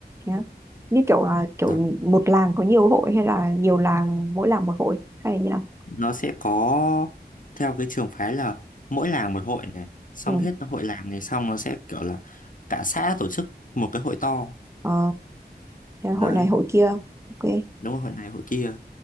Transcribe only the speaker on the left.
đó.
nó sẽ có theo cái trường phái là mỗi làng một hội này xong
hết hội làng này xong nó sẽ kiểu là cả xã tổ chức một cái hội to
đấy
đúng rồi hội này hội kia